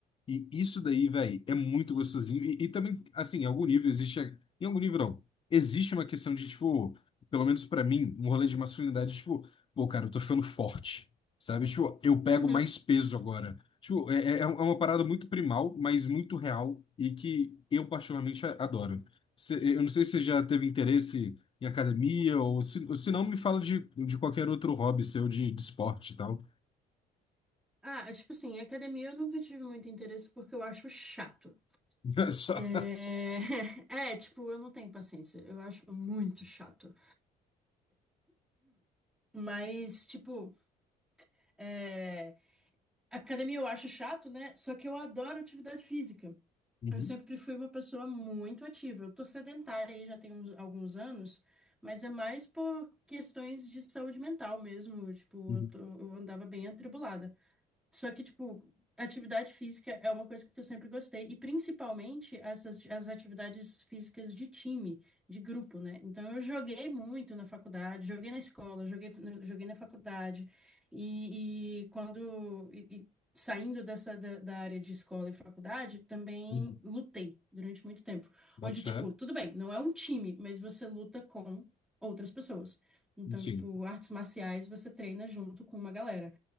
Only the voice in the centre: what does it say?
uhum.
Ah, tipo assim, academia eu nunca tive muito interesse porque eu acho chato.
É... <laughs> é, tipo, eu não tenho paciência. Eu acho muito chato. Mas, tipo, é, academia eu acho chato, né? Só que eu adoro atividade física.
Eu sempre fui uma pessoa muito ativa. Eu tô sedentária aí já tem uns, alguns anos, mas é mais por questões de saúde mental mesmo. Tipo,
eu, tô- eu andava bem atribulada. Só que, tipo, atividade física é uma coisa que eu sempre gostei, e principalmente as, ati- as atividades físicas de time, de grupo, né? Então, eu joguei muito na faculdade, joguei na escola, joguei, na- joguei na faculdade, e, e quando. e- e Saindo dessa da, da área de escola e faculdade, também
lutei durante muito tempo.
Onde,
tipo, tudo bem, não é um time, mas você luta com outras pessoas. Então,
tipo, artes marciais você treina junto com uma galera.